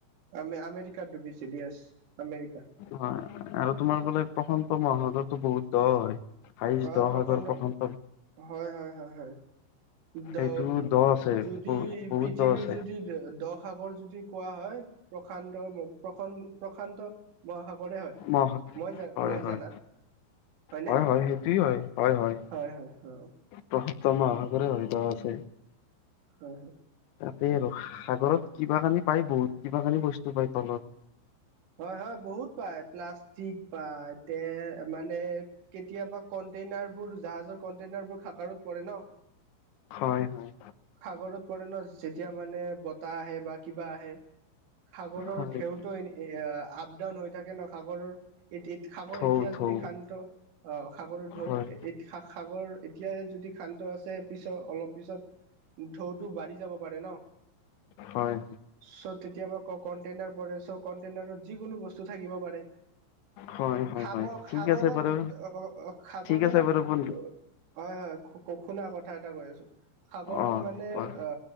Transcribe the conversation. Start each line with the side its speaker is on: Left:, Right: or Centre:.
Right: আমে, আমেৰিকাত ডুবিছিল, ইয়েছ আমেৰিকা।
Left: হয় আৰু তোমাৰ বোলে প্ৰশান্ত মহাসাগৰটো বহুত দ হয়। হাইষ্ট
Right: অ
Left: দ
Right: প্ৰখণ্ড
Left: সাগৰ প্ৰশান্ত
Right: হয় হয় হয় হয়। দ
Left: সেইটো দ আছে
Right: যদি
Left: বহুত বহুত
Right: পৃথিৱীৰ
Left: দ আছে
Right: যদি দ সাগৰ যদি যদি কোৱা হয় প্ৰশান্ত প্ৰ প্ৰসন্ত প্ৰশান্ত মহাসাগৰে হয়,
Left: মহা
Right: মই
Left: হয়
Right: মই
Left: হয়
Right: জানাত হয়নে?
Left: হয় হয় সেইটোৱে হয়। হয় হয়।
Right: হয়, হয়, হয়।
Left: প্ৰশান্ত মহাসাগৰে হয়, দ আছে।
Right: হয় হয়।
Left: তাতে আৰু সাগৰত কিবা কানি পায় বহুত কিবা কানি বস্তু পায় তলত।
Right: হয় হয় বহুত পায়, প্লাষ্টিক পায় তে মানে কেতিয়াবা কণ্টেইনাৰবোৰ জাহাজৰ কন্টেইনাৰবোৰ সাগৰত পৰে ন।
Left: হয়। হয়
Right: সাগৰত পৰে ন যেতিয়া মানে বতাহ আহে বা কিবা আহে। সাগৰৰ
Left: হয়
Right: ঢেউটো এনে এয়া আপ ডাউন হৈ থাকে ন, সাগৰৰ এ সাগৰ
Left: থৌ
Right: এতিয়া
Left: থৌ
Right: যদি শান্ত আহ সাগৰৰ ঢৌ
Left: হয়
Right: সাগৰ এতিয়াই যদি শান্ত আছে পিছত অলপ পিছত ঢৌটো বাঢ়ি যাব পাৰে ন।
Left: হয়।
Right: চ কেতিয়াবা ক কন্টেইনাৰ পৰে চ কন্টেইনাৰত যিকোনো বস্তু থাকিব পাৰে।
Left: হয় হয়
Right: সাগ
Left: হয় ঠিক
Right: সাগৰত
Left: আছে বাৰু
Right: অ অ সাগৰত
Left: ঠিক আছে বাৰু বন্ধু
Right: হয় হয় শুনা কথা এটা কৈ আছোঁ, সাগৰত
Left: অ
Right: মানে
Left: কোৱা
Right: আ